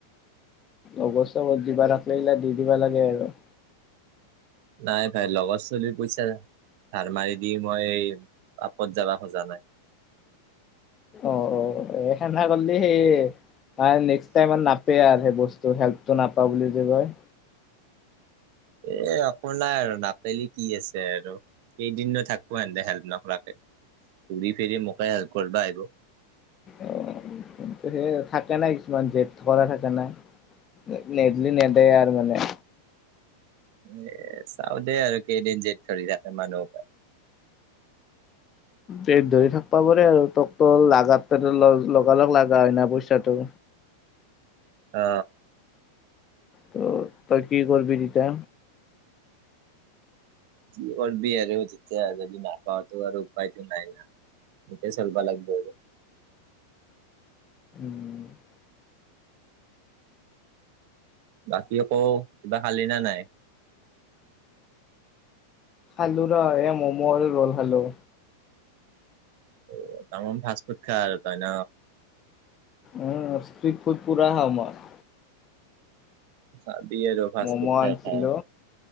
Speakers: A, on the left; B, on the right.
A: অৱস্থাত দিবা <inaudible> দি দিবা লাগে আৰু।
B: নাই ভাই লগৰ চলিৰ পইচা ধাৰ মাৰি দি মই এই পাপত যাবা খোজা নাই।
A: অ অ এই সেধা কৰিল সেই নেক্স টাইম নাপ বেয়াৰ সেই বস্তু হেল্পটো নাপাওঁ বুলি যে কয়।
B: এ একো নাই আৰু নাপেলি কি আছে আৰু। কেইদিনো থাকো সেহতে হেল্প নকৰাকে, ঘূৰি ফিৰি মোকে হেল্প কৰিবা আহিব।
A: অ সেই থাকে না কিছুমান জেদ কৰা থাকে নাই। নেদলি নেদে আৰ মানে।
B: এ চাও দেই আৰু কেইদিন যেদ ধৰি থাকে মানুহৰ পৰা।
A: পেট ধৰি থাকব পৰে আৰু তোক তোক লগাত লগাল লগ লগা হয় না পইচাটো।
B: অ।
A: ত তই কি কৰবি তিতা?
B: কি কৰবি আৰু তেতিয়া যদি নাপাওঁটো আৰু উপায়তো নাই না। এ চেলবা লাগব আৰু।
A: <inaudible>
B: বাকী আকৌ কিবা খালি না নাই?
A: খালো ৰ এ ম'ম' আৰু ৰ'ল খালো।
B: অ তামাম ফাষ্ট ফুড খা আৰু তই ন?
A: উম ষ্ট্ৰীত ফুড পুৰা খাওঁ মই।
B: চাবি আৰু। ফাষ্ট
A: ম'ম'
B: ফুড খাই
A: আনিছিলো,
B: খাই